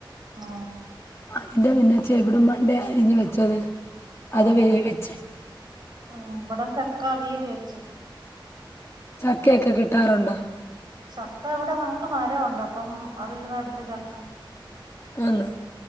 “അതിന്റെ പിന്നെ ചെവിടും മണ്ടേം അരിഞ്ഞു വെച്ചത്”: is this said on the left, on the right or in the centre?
Left